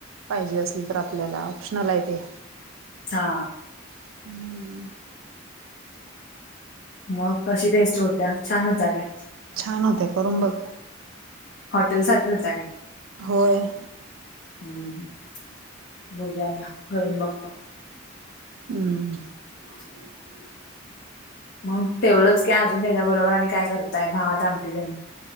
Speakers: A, on the right; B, on the left.
A: पाहिजे असेल तर आपल्याला ऑप्शनल आहे ते
B: हा
A: हम्म
B: मग कशी टेस्ट होतीया छान होतीया काय?
A: छान होतय करून बघ
B: हॉटेल सारख्या होत्या काय?
A: होय.
B: हम्म बघूया ग्या करून बघतो.
A: हम्म
B: <inaudible> मग तेवढंच की अजून त्याच्याबरोबर आणि काय करताय भात आमटी तेन